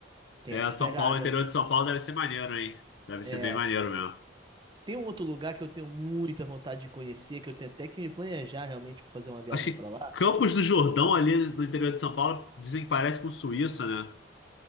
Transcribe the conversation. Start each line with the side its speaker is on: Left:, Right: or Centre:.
Right: tem
Left: É,
Right: essa
Left: São
Right: pegada.
Left: Paulo, interior de São Paulo deve ser maneiro, hein? Deve ser
Right: É,
Left: bem maneiro mesmo.
Right: tem um outro lugar que eu tenho muita vontade de conhecer, que eu tenho até que me planejar realmente para fazer uma viagem
Left: Acho que
Right: pra lá.
Left: Campos do Jordão, ali no interior de São Paulo, dizem que parece com Suíça, né?